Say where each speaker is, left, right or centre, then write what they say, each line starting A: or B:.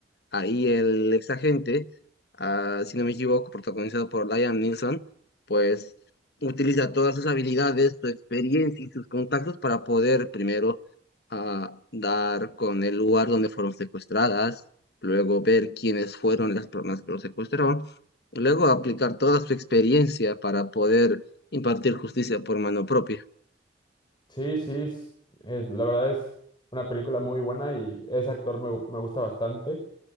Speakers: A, on the left; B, on the left.
A: Ahí el ex agente, ah, si no me equivoco, protagonizado por Liam Neeson, pues utiliza todas sus habilidades, su experiencia y sus contactos para poder primero ah, dar con el lugar donde fueron secuestradas, luego ver quiénes fueron las personas que lo secuestraron, luego aplicar toda su experiencia para poder impartir justicia por mano propia.
B: Sí, sí, es, es- la verdad es una película muy buena y ese actor me, gu- me gusta bastante.